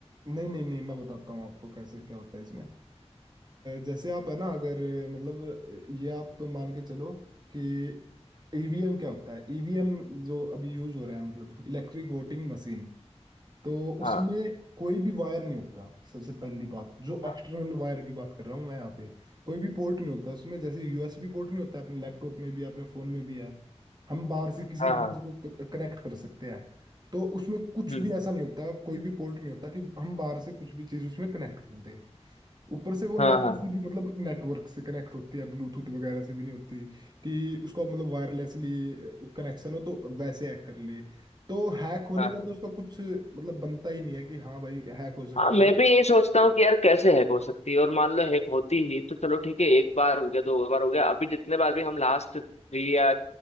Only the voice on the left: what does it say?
हाँ
हाँ
हाँ
हाँ
हम्म
हाँ हाँ
हाँ
हाँ मैं
भी यही सोचता हूँ कि यार कैसे हैक हो सकती है और मान लो हैक होती ही तो चलो ठीक है एक बार हो गया दो बार हो गया अभी जितने बार भी हम लास्ट थ्री या